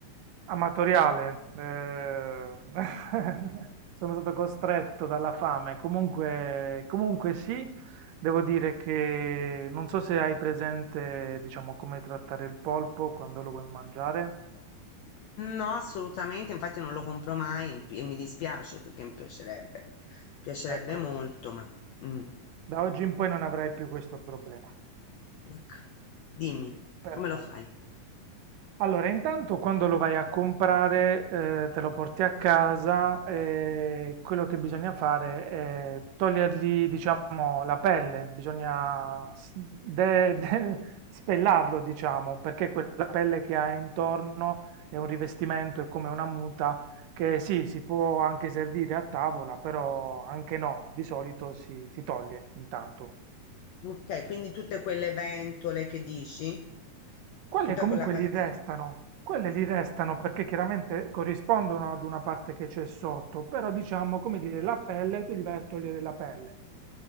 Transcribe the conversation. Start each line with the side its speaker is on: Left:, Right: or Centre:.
Right: Amatoriale, eh, <laughs> sono stato costretto dalla fame. Comunque, comunque sì, devo dire che non so se hai presente, diciamo, come trattare il polpo quando lo vuoi mangiare.
Left: No, assolutamente, infatti non lo compro mai e mi dispiace perché mi piacerebbe, piacerebbe
Right: Ecco,
Left: molto, ma... mm.
Right: da oggi in poi non avrai più questo problema.
Left: Ecco, dimmi,
Right: Perfetto.
Left: come lo fai?
Right: Allora, intanto quando lo vai a comprare, eh, te lo porti a casa e quello che bisogna fare è togliergli, diciamo, la pelle, bisogna s- de- de- spellarlo, diciamo, perché quella pelle che ha intorno è un rivestimento, è come una muta che sì, si può anche servire a tavola, però anche no, di solito si si toglie intanto.
Left: Ok, quindi tutte quelle ventole che dici,
Right: Quelle
Left: tutta
Right: comunque
Left: quella parte.
Right: gli restano, quelle gli restano perché chiaramente corrispondono ad una parte che c'è sotto, però diciamo, come dire, la pelle, tu li vai a togliere la pelle.